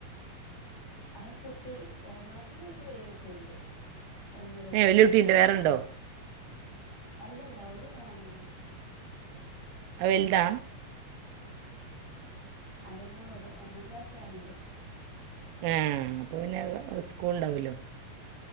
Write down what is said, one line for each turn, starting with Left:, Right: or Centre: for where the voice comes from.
Left: അത് കുട്ടി ഓ നാത്തുന്റെ കുട്ടി വലിയ കുട്ടിയയിണ്ട് ഒന്നിലറ്റാണ്
Right: ഏ വലിയ കുട്ടീൻ്റെ വേറെ ഉണ്ടോ
Left: അല്ലല്ല ഒരു മോനെന്നെൻ
Right: അവൽദാ
Left: അതന്നെ ഒരു ഒന്നാം ക്ലാസ്സിലായിണ്ട്
Right: ആ അപ്പൾ പിന്നെ സ്കൂൾ ഉണ്ടാവല്ലോ